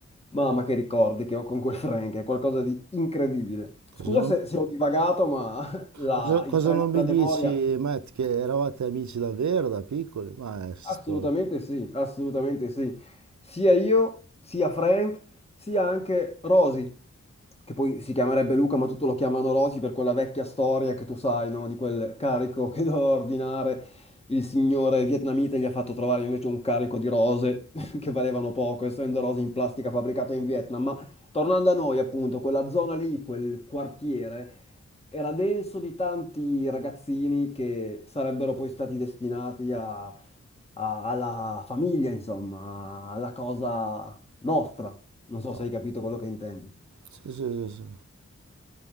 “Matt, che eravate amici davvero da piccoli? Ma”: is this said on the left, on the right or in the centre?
Right